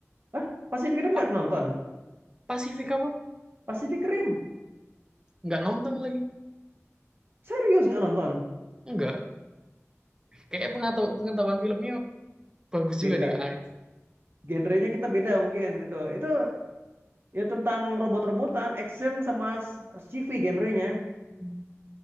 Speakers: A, on the right; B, on the right.
A: ah Pacific Rim
B: apa
A: nggak nonton
B: Pasifik apa
A: Pacific Rim
B: nggak nonton lagi
A: serius nggak nonton
B: nggak kayak pengetahuan pengetahuan filmnya bagus
A: beda
B: juga nih kak Arif
A: genrenya kita beda mungkin itu itu ya tentang robot-robotan action sama s- sci-fi genrenya
B: Hmm.